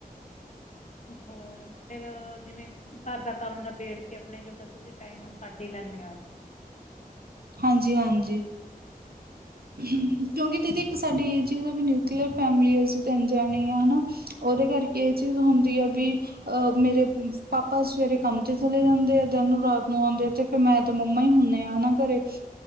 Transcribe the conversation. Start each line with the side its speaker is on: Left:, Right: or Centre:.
Left: ਹੋਰ ਫੇਰ, ਜਿਵੇਂ ਘਰ ਦਾ ਕੰਮ ਨਬੇੜ ਕੇ ਅਪਨੇ ਜੋਗਾ ਤੁਸੀਂ ਟਾਈਮ ਕੱਢ ਈ ਲੈਂਨੇ ਆ।
Right: ਹਾਂਜੀ- ਹਾਂਜੀ। ਹੂੰ, ਕਿਉਂਕਿ ਦੀਦੀ, ਇੱਕ ਸਾਡੀ ਚੀਜ਼ ਆ ਵੀ ਨਿਊਕਲੀਅਰ ਫੈਮਿਲੀ ਅਸੀਂ 'ਤੇ ਅਨਜਾਨੇ ਆ, ਹਨਾ? ਓਦੇ ਕਰਕੇ ਇਹ ਚੀਜ਼ ਹੁੰਦੀ ਆ ਬਈ। ਅਹ, ਮੇਰੇ ਪਾਪਾ ਸਵੇਰੇ ਕੰਮ ਤੇ ਚਲੇ ਜਾਂਦੇ ਆ ਦਿਨ ਨੂੰ, ਰਾਤ ਨੂੰ ਆਂਦੇ ਆ ਤੇ ਫੇਰ ਮੈਂ 'ਤੇ ਮੰਮਾ ਈ ਹੁਨੇ ਆ ਨਾ ਘਰੇ।